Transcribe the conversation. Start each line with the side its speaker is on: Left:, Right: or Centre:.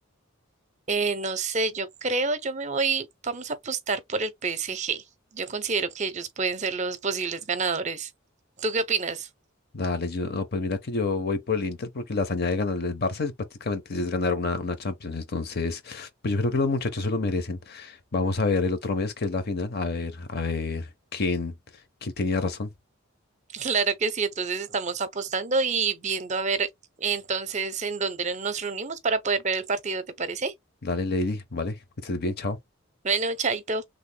Right: Eh, no sé, yo creo, yo me voy, vamos a apostar por el PSG. Yo considero que ellos pueden ser los posibles ganadores. ¿Tú qué opinas?
Left: Dale, yo, no, pues mira que yo voy por el Inter porque la hazaña de ganarle al Barça es prácticamente es ganar una, una Champions. Entonces, pues yo creo que los muchachos se lo merecen. Vamos a ver el otro mes que es la final. A ver, a ver quién, quién tenía razón.
Right: Claro que sí, entonces estamos apostando y viendo a ver entonces en dónde nos reunimos para poder ver el partido, ¿te parece?
Left: Dale, Lady, ¿vale? Que estés bien, chao.
Right: Bueno, chaito.